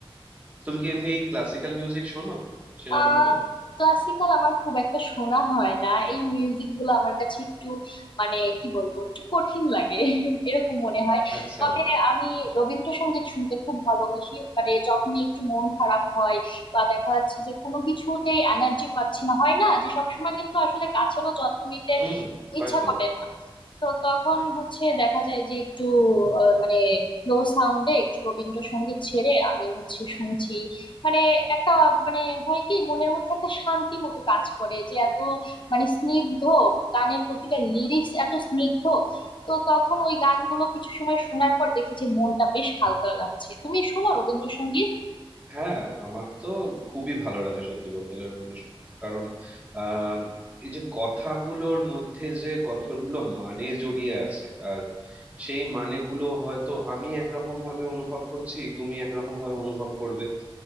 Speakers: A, on the right; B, on the left.
A: তুমি কি এমনি ক্লাসিক্যাল মিউজিক শোনো সেরম
B: আহ
A: ভাবে
B: ক্লাসিক্যাল আমার খুব একটা শোনা হয় না এই মিউজিক গুলো আমার কাছে একটু মানে কি বলবো একটু কঠিন লাগে <laughs> এরকম মনে হয়
A: আচ্ছা
B: তবে আমি রবীন্দ্রসঙ্গীত শুনতে খুব ভালোবাসি মানে যখনই একটু মন খারাপ হয় বা দেখা যাচ্ছে যে কোনো কিছুতেই এনার্জি পাচ্ছি না হয় না যে সবসময় কিন্তু আসলে গাছেরও যত্ন নিতে
A: হুম হয়তো
B: ইচ্ছা করে না তো তখন হচ্ছে দেখা যায় যে একটু আহ, মানে লো সাউন্ডে একটু রবীন্দ্রসঙ্গীত ছেড়ে আমি হচ্ছে শুনছি মানে একটা মানে হয় কি মনের মধ্যে একটা শান্তি মতো কাজ করে যে এত মানে স্নিগ্ধ গানের প্রতিটা লিরিক্স এত স্নিগ্ধ তো তখন ওই গানগুলো কিছু সময় শোনার পর দেখি যে মনটা বেশ হালকা লাগছে তুমি শোনো রবীন্দ্রসঙ্গীত
A: হ্যাঁ আমার তো খুবই ভালো লাগে সত্যি বলতে গেলে রবীন্দ্রসঙ্গীত কারণ আম, এই যে কথাগুলোর মধ্যে যে কতগুলো মানে জড়িয়ে আছে আর সেই মানেগুলো হয়তো আমি একরকম ভাবে অনুভব করছি তুমি একরকম ভাবে অনুভব করবে